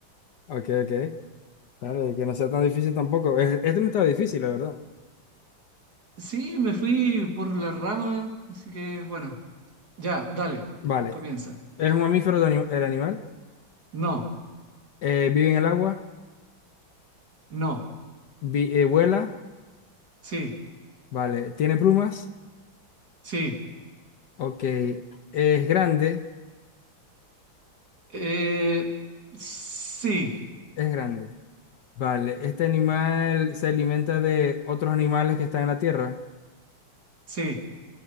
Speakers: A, on the left; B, on the right.
A: Ok, ok. Claro, que no sea tan difícil tampoco. Es- Este no estaba difícil, la verdad.
B: Sí, me fui por la rama, así que bueno. Ya, dale,
A: Vale.
B: comienza.
A: Es un mamífero de ani- el animal.
B: No,
A: Eh, vive en el agua.
B: no,
A: Vi- eh, vuela.
B: sí,
A: Vale. Tiene plumas.
B: sí,
A: Ok. Es grande.
B: eh, sí,
A: Es grande. Vale. Este animal se alimenta de otros animales que están en la tierra.
B: sí,